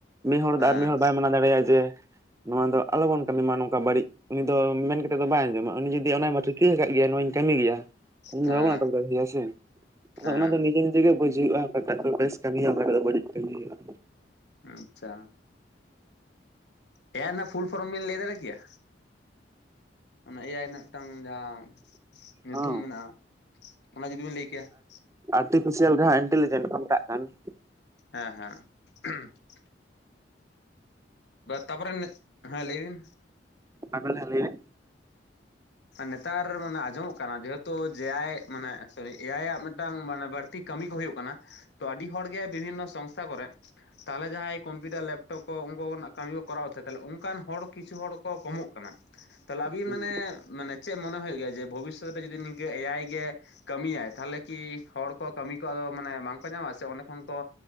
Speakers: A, on the right; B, on the left.
A: ᱢᱤᱫ ᱦᱚᱲ
B: ᱦᱮᱸ
A: ᱫᱚ ᱟᱨ ᱢᱤᱫ ᱦᱚᱲ ᱫᱚ ᱵᱟᱭ ᱢᱟᱱᱟᱣ ᱫᱟᱲᱮᱭᱟᱜᱼᱟ ᱡᱮ ᱱᱚᱣᱟ ᱫᱚ ᱟᱞᱚᱵᱚᱱ ᱠᱟᱹᱢᱤ ᱢᱟ ᱱᱚᱝᱠᱟ ᱵᱟᱹᱲᱤᱡ ᱾ ᱩᱱᱤ ᱫᱚ ᱢᱮᱱ ᱠᱟᱛᱮᱫ ᱫᱚ ᱵᱟᱭ ᱟᱸᱡᱚᱢᱟ, ᱩᱱᱤ ᱡᱩᱫᱤ ᱚᱱᱟ ᱢᱟ <unintelligible> ᱟᱠᱟᱫ ᱜᱮᱭᱟ ᱱᱚᱣᱟᱧ ᱠᱟᱹᱢᱤ ᱜᱮᱭᱟ᱾ ᱫᱚ
B: ᱦᱮᱸ
A: ᱵᱟᱵᱚᱱ ᱟᱴᱚᱠ ᱫᱟᱲᱮ ᱦᱮᱭᱟ ᱥᱮ ᱾ ᱟᱫᱚ
B: ᱦᱮᱸ
A: ᱚᱱᱟ ᱫᱚ ᱱᱤᱡᱮ ᱱᱤᱡᱮ ᱜᱮ ᱵᱩᱡᱷ ᱦᱩᱭᱩᱜᱼᱟ᱾ᱚᱠᱟ ᱴᱟᱜ ᱫᱚ ᱵᱮᱥ ᱠᱟᱹᱢᱤ ᱦᱩᱭᱩᱜᱼᱟ᱾ ᱚᱠᱟ ᱴᱟᱜ ᱫᱚ ᱵᱟᱹᱲᱤᱡ ᱠᱟᱹᱢᱤ ᱦᱩᱭᱩᱜᱼᱟ ᱾
B: ᱟᱪᱪᱷᱟ ᱮ ᱟᱭ ᱨᱮᱱᱟᱜ ᱯᱷᱩᱞ ᱯᱷᱚᱨᱚᱢ ᱵᱮᱱ ᱞᱟᱹᱭ ᱫᱟᱲᱮ ᱠᱮᱭᱟ? ᱚᱱᱟ ᱮ ᱟᱭ ᱨᱮᱱᱟᱜ ᱢᱤᱫᱴᱟᱝ ᱡᱟᱦᱟᱸ ᱧᱩᱛᱩᱢ
A: ᱦᱚᱸ
B: ᱢᱮᱱᱟᱜᱼᱟ, ᱚᱱᱟ ᱡᱩᱫᱤ ᱵᱮᱤᱱ ᱞᱟᱹᱭ ᱠᱮᱭᱟ ᱾
A: ᱟᱨᱴᱤᱯᱷᱤᱥᱤᱭᱟᱞ ᱡᱟᱦᱟᱸ ᱤᱱᱴᱮᱞᱤᱡᱮᱱᱴ ᱠᱚ ᱢᱮᱛᱟᱜ ᱠᱟᱱ ᱾
B: ᱦᱮᱸ ᱦᱮᱸ ᱾ ᱛᱟᱯᱚᱨᱮ ᱦᱮᱸ ᱞᱟᱹᱭ ᱵᱤᱱ
A: ᱟᱵᱤᱱ ᱞᱟᱦᱟ ᱞᱟᱹᱭ ᱵᱤᱱ
B: ᱱᱮᱛᱟᱨ ᱢᱟᱱᱮ ᱟᱸᱡᱚᱢᱚᱜ ᱠᱟᱱᱟ ᱡᱮᱦᱮᱛᱩ ᱡᱮ ᱟᱭ ᱢᱟᱱᱮ ᱥᱚᱨᱤ ᱮᱭ ᱟᱭ ᱟᱜ ᱢᱤᱫᱴᱟᱝ ᱢᱟᱱᱮ ᱵᱟᱹᱲᱛᱤ ᱠᱟᱹᱢᱤ ᱠᱚ ᱦᱩᱭᱩᱜ ᱠᱟᱱᱟ ᱾ ᱛᱚ ᱟᱹᱰᱤ ᱦᱚᱲ ᱜᱮ ᱵᱤᱵᱷᱤᱱᱚ ᱥᱚᱝᱥᱛᱷᱟ ᱠᱚᱨᱮ, ᱛᱟᱦᱚᱞᱮ ᱡᱟᱦᱟᱸᱭ ᱠᱚᱢᱯᱤᱭᱩᱴᱟᱨ ᱞᱮᱯᱴᱚᱯ ᱠᱚ ᱩᱱᱠᱩᱱᱟᱜ ᱠᱟᱹᱢᱤ ᱠᱚ ᱠᱚᱨᱟᱣ ᱛᱮ ᱛᱟᱦᱚᱞᱮ ᱚᱱᱠᱟᱱ ᱦᱚᱲ ᱠᱤᱪᱷᱩ ᱦᱚᱲ ᱠᱚ ᱠᱚᱢᱚᱜ ᱠᱟᱱᱟ᱾ᱛᱟᱦᱚᱞᱮ ᱟᱵᱤᱱ
A: ᱦᱳᱭ᱾
B: ᱢᱟᱱᱮ, ᱢᱟᱱᱮ ᱪᱮᱫ ᱢᱚᱱᱮ ᱦᱩᱭᱩᱜ ᱦᱩᱭᱩᱜ ᱜᱮᱭᱟ ᱡᱮ ᱵᱷᱚᱵᱤᱥᱚᱛ ᱨᱮ ᱡᱩᱫᱤ ᱱᱤᱠᱟᱹ ᱮ ᱟᱭ ᱜᱮ ᱠᱟᱹᱢᱤᱭᱟᱭ ᱛᱟᱦᱚᱞᱮ ᱠᱤ ᱦᱚᱲ ᱠᱚ ᱠᱟᱹᱢᱤ ᱠᱚ ᱟᱫᱚ ᱢᱟᱱᱮ ᱵᱟᱝᱠᱚ ᱧᱟᱢᱟ ᱥᱮ ᱚᱸᱰᱮ ᱠᱷᱚᱱ ᱠᱚ